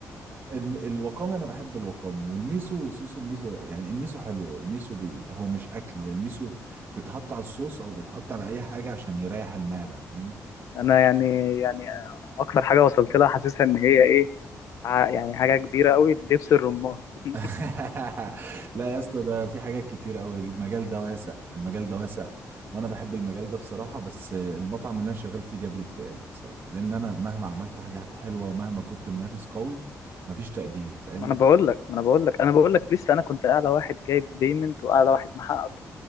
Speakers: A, on the right (about 35°); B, on the left (about 60°).
A: الم- الوقامي انا بحب الوقامي والميسو صوص الميسو يعني الميسو حلو الميسو بي هو مش اكل هو الميسو بيتحط على الصوص او بيتحط على اي حاجه عشان يريح المعده فاهم
B: انا يعني يعني اكتر حاجة وصلت لها حاسسها ان هي ايه ع- يعني حاجة كبيرة قوي دبس الرمان <laughs>
A: <laughs> لا يا اسطى ده في حاجات كتير قوي المجال ده واسع المجال ده واسع وانا بحب المجال ده بصراحه بس المطعم اللي انا شغال فيه جاب لي اكتئاب بصراحه لان انا مهما عملت حاجات حلوه ومهما كنت منافس قوي مفيش تقدير فاهم
B: ما انا بقول لك ما انا بقول لك انا بقول لك لسه انا كنت اعلى واحد جايب بيمنت واعلى واحد محقق